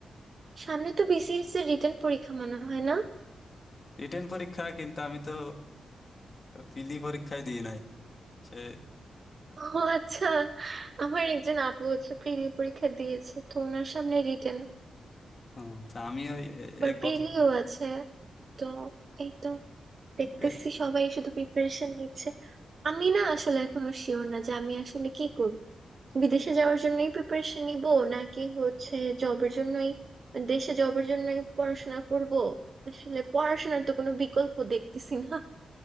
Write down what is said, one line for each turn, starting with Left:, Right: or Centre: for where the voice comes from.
Right: সামনে তো বিসিএস এর রিটেন পরীক্ষা মনে হয় না
Left: রিটেন পরীক্ষা কিন্তু আমি তো পিলি পরীক্ষায় দিই নাই সে
Right: ও আচ্ছা আমার একজন আপু হচ্ছে প্রিলি পরীক্ষা দিয়েছে তো ওনার সামনে রিটেন
Left: হুম, তা আমি ওই এ-
Right: আবার
Left: এ
Right: প্রিলিও
Left: গত
Right: আছে তো এই তো দেখতেছি
Left: এ-
Right: সবাই শুধু প্রিপারেশন নিচ্ছে আমি না আসলে এখনো শিওর না যে আমি আসলে কি করব বিদেশে যাওয়ার জন্যই প্রিপারেশন নিব নাকি হচ্ছে জবের জন্যই দেশে জবের জন্যই পড়াশোনা করব আসলে পড়াশোনার তো কোনো বিকল্প দেখতেছি না